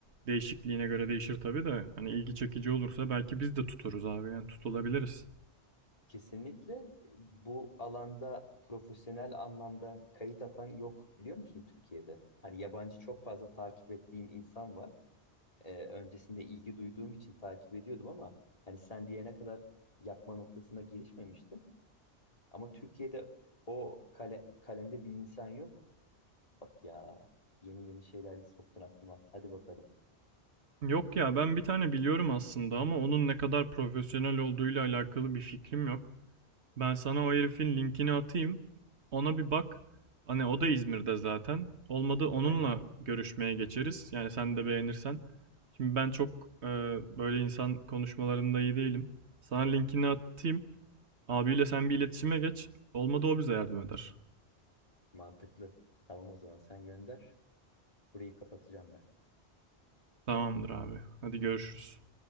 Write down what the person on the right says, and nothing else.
değişikliğine göre değişir tabii de hani ilgi çekici olursa belki biz de tuturuz abi. Yani tutulabiliriz.
Yok ya ben bir tane biliyorum aslında ama onun ne kadar profesyonel olduğuyla alakalı bir fikrim yok. Ben sana o herifin linkini atayım. Ona bir bak. Hani o da İzmir'de zaten. Olmadı onunla
görüşmeye geçeriz. Yani sen de beğenirsen. Şimdi ben çok e, böyle insan konuşmalarında iyi değilim. Sana linkini atayım. Abiyle sen bir iletişime geç. Olmadı o bize yardım eder.
Tamamdır abi. Hadi görüşürüz.